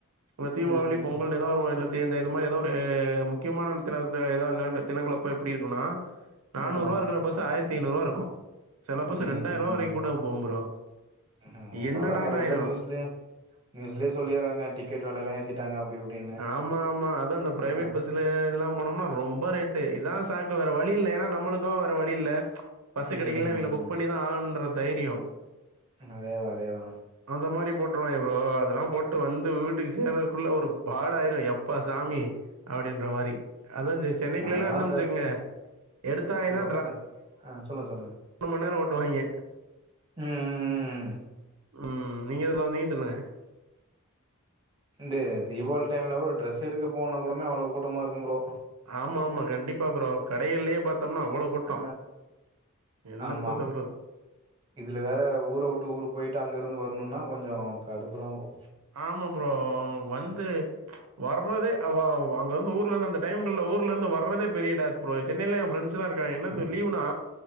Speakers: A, on the right; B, on the right.
A: இந்த தீவாவளி
B: ம்
A: பொங்கலனு எதா ஒரு வருல இந்த இது மாரி எதோ ஒரு முக்கியமான தினத்த எதானாங்க தினங்கள் அப்ப எப்டி இருக்குனா நானூற்வா
B: ஆமா
A: இருக்குற பஸ் ஆய்ரத்தி ஐநூற்வா இருக்கு செல
B: ம்
A: பஸ் ரெண்டாயிர்வா வரைக்கு கூட போகு ப்ரோ
B: ஆமா ப்ரோ
A: என்னடான்
B: அதா நெறைய
A: ஆய்ரு
B: பேர் நியூஸ்லயே நியூஸ்லயே சொல்லிறாங்க டிக்கெட் வெலையெல்லா ஏத்திட்டாங்க அப்டி இப்டின்னு
A: ஆமா ஆமா அது அந்த ப்ரைவேட்
B: ஆ
A: பஸ்ல இதெல்லா நம்புனோம்னா ரொம்ப ரேட்டு இதா சாக்கு வேற வழி இல்ல எனா நம்மளுக்கு வேற வழி இல்ல பஸ்ஸு
B: ம்
A: கெடக்கல இவங்கெள புக் பண்ணிதா ஆகனுன்ற தைரியொ
B: அதேதா அதேதா
A: அந்த மாரி போட்ருவோங்க ப்ரோ அதெல்லா போட்டு வந்து வீட்டுக்கு சேர்றதுக்குள்ள ஒரு பாட் ஆயிரு எப்பா சாமி அப்டின்ற மாரி அதா சி சென்னைக்குள்ள
B: நாங்கலாம்
A: ல்லா இருந்தொம் வெச்சுகிங்க எடுத்தாய்னா
B: எப் வந்த ஆ சொல்லுங்க சொல்லுங்க
A: மூணு மண்நேரொ ஓட்டுவாய்ங்க
B: ம், ம், ம்.
A: ம் நீங்க எதுல வந்தீங்க சொல்லுங்க
B: இந்த தீவாளி டைம்ல ஒரு ட்ரெஸ் எடுக்க போனா கூடமே அவ்ளொ கூட்டமா இருக்கும் ப்ரோ
A: ஆமா ஆமா கண்டிப்பா ப்ரோ கடைகள்லயே பாத்தோம்னா அவ்ளோ கூட்டொ
B: ஆ
A: என்னத்த
B: ஆமா.
A: சொல்றது
B: இதுல வேற ஊர உட்டு ஊரு போய்டு அங்க இருந்து வரணுனா கொஞ்சொ கடுப்புதா ப்ரோ
A: ஆமா ப்ரோ வந்து வர்றதே அவ் அவ் அங்க வந்து ஊர்ல இந்து அந்த டைங்கல்ல ஊர்ல இருந்து வர்றதே பெரிய டஸ் ப்ரோ சென்னைல என் ஃப்ரெண்ஸ்லா இருக்காங்க என்னன் லீவ்னா